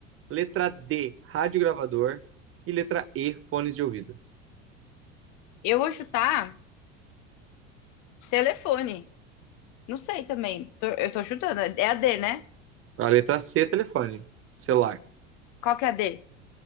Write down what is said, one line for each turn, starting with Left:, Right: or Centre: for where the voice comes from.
Right: Letra D. Rádio gravador. E letra E. Fones de ouvido.
Left: eu vou chutar telefone. Não sei também. Tô- eu tô chutando. É a D, né?
Right: A letra C. Telefone celular.
Left: Qual que é a D?